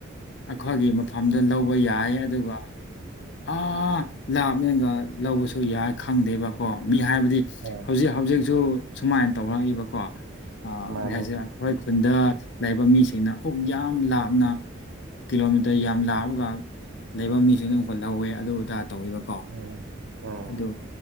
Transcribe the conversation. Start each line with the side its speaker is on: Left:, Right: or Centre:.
Left: ꯑꯩꯈꯣꯏꯒꯤ ꯃꯐꯝꯗ ꯂꯧꯕ ꯌꯥꯏ ꯑꯗꯨꯒ ꯑꯥ ꯂꯥꯞꯅꯒ ꯂꯧꯕꯁꯨ ꯌꯥꯏ ꯈꯪꯗꯦꯕꯀꯣ ꯃꯤ ꯍꯥꯏꯕꯗꯤ
Right: ꯎꯝ
Left: ꯍꯧꯖꯤꯛ ꯍꯧꯖꯤꯛꯁꯨ ꯁꯨꯃꯥꯏꯅ ꯇꯧꯔꯛꯏꯕꯀꯣ ꯑꯥ
Right: ꯃꯥꯅꯤ
Left: ꯀꯔꯤ ꯍꯥꯏꯁꯤꯔꯥ ꯑꯩꯈꯣꯏ ꯈꯨꯟꯗ ꯂꯩꯕ ꯃꯤꯁꯤꯡꯅ ꯗꯨꯛ ꯌꯥꯝ ꯂꯥꯞꯅ ꯀꯤꯂꯣꯃꯤꯇꯔ ꯌꯥꯝ ꯂꯥꯞꯄꯒ ꯂꯩꯕ ꯃꯤꯁꯤꯡꯅ ꯑꯃꯨꯛꯀ ꯂꯧꯋꯦ ꯑꯗꯨ ꯑꯗꯥ ꯇꯧꯋꯦꯕꯀꯣ
Right: ꯎꯝ ꯎꯝ
Left: ꯑꯗꯨ